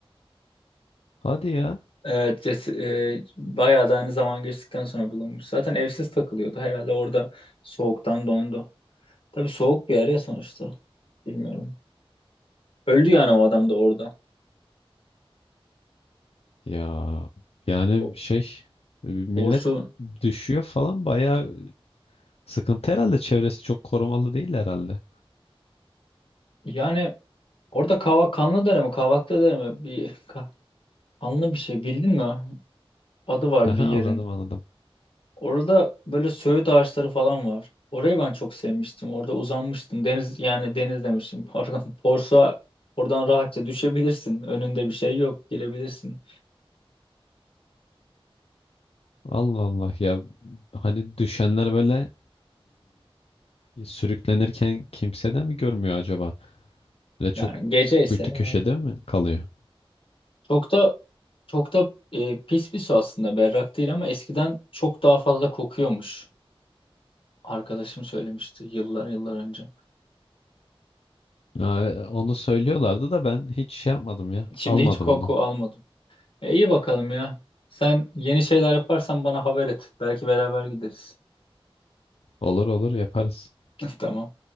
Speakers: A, on the left; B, on the left.
A: Hadi ya.
B: Evet, ces e, bayağı da hani zaman geçtikten sonra bulunmuş. Zaten evsiz takılıyordu. Herhalde orada soğuktan dondu. Tabii soğuk bir yer ya sonuçta. Bilmiyorum. Öldü yani o adam da orada.
A: Ya yani
B: O-
A: şey e, millet
B: Doğrusu
A: düşüyor falan bayağı sıkıntı herhalde. Çevresi çok korumalı değil herhalde.
B: yani orada kavak kanlı dere mi kavaklı dere mi bir ka- kanlı bir şey bildin mi? adı var
A: <laughs> Haha,
B: bir yerin.
A: Anladım anladım.
B: Orada böyle söğüt ağaçları falan var. Orayı ben çok sevmiştim. Orada uzanmıştım. Deniz yani deniz demiştim <laughs> pardon. Borsa oradan rahatça düşebilirsin. Önünde bir şey yok. Girebilirsin.
A: Allah Allah ya hani düşenler böyle e, sürüklenirken kimse de mi görmüyor acaba? Böyle çok
B: Yani gece
A: kuytu
B: ise herhalde.
A: köşede mi kalıyor?
B: Çok da çok da e, pis bir su aslında berrak değil ama eskiden çok daha fazla kokuyormuş. Arkadaşım söylemişti yıllar yıllar önce.
A: Ha, onu söylüyorlardı da ben hiç şey yapmadım ya.
B: Şimdi
A: Almadım
B: hiç koku
A: onu.
B: almadım. E, iyi bakalım ya. Sen yeni şeyler yaparsan bana haber et. Belki beraber gideriz.
A: Olur olur yaparız.
B: <laughs> Tamam.